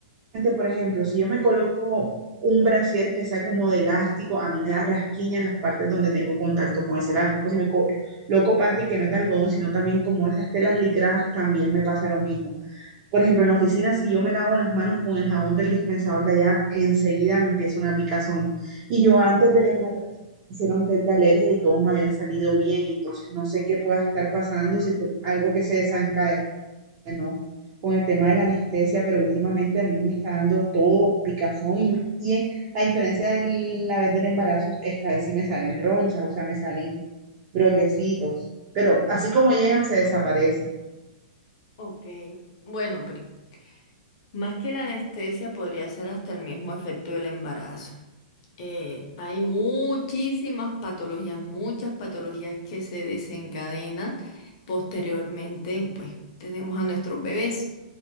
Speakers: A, on the right; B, on the left.
A: por ejemplo, si yo me coloco un brasier que sea como de elástico, a mí me da rasquiña en las partes donde tengo contacto con ese elástico. Si me coloco panty que no es de algodón, sino también como esas telas licradas, también me pasa lo mismo. Por ejemplo, en la oficina, si yo me lavo las manos con el jabón del dispensador de allá, enseguida me empieza una picazón. Y yo antes del embarazo me hicieron test de alergia y todo me había salido bien, entonces no sé qué pueda estar pasando, si fue algo que se desencadenó ¿no? Con el tema de la anestesia, pero últimamente a mí me está dando todo picazón y, me- y eh, a diferencia de la vez del embarazo, esta vez sí me salen ronchas, o sea, me salen brotecitos, pero así como llegan, se desaparecen.
B: Ok. Bueno, pri- más que la anestesia podría ser hasta el mismo efecto del embarazo. eh, hay muchísimas patologías, muchas patologías que se desencadenan posteriormente, pues tenemos a nuestros bebés.